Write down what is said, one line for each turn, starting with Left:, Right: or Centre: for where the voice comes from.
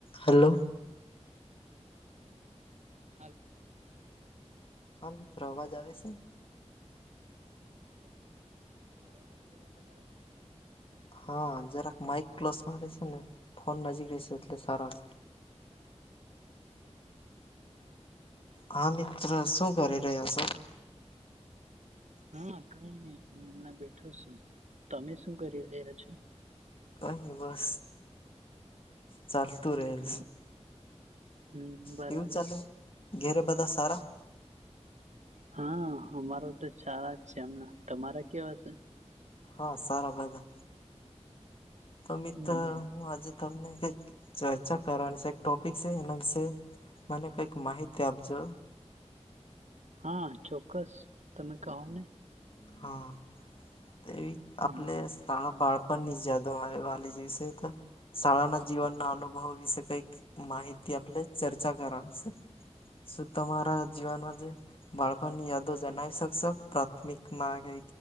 Left: Hello.
Right: હા.
Left: હા મિત્રો અવાજ આવે છે.
Right: હા મિત્ર મારો અવાજ બરાબર આવે છે.
Left: હા જરાક માઇક ક્લસ માં રશે ને ફોન નજીક રહેશે એટલે સારા હા મિત્ર શું કરી રહ્યા છો.
Right: હા કઈ નહી હું હમણાં બેઠો છું તમે શું કરી રહ્યા છો.
Left: કોઈ ન બસ ચાલતું રેલ
Right: હમ હમ બરાબર
Left: કેવું ચાલે ઘેરે બધા સારા
Right: હા અમારો તો સારા જ છે. એમના તમારે કેવાશે
Left: હા સારા બધા તો મિત્ર
Right: હમ હમ
Left: હું આજે તમને કઈક ચર્ચા કરવાની છે ટોપિક છે, એના વિશે મને કઈક માહિતી આપજો.
Right: હા ચોક્કસ તમે કહો ને
Left: હા તે
Right: હમ
Left: આપલે સ્ળ બાળ પણ નીચ જદ મારે વાલીીજી છે, તો શાળાના જીવનના અનુભવ વિશે કઈ માહિતી આપણે ચર્ચ કરાવ છે. શું તમારા જીવનમાં જે બાળપણની યાદો જણાવી શકશો પ્રાથમિક મા કઈ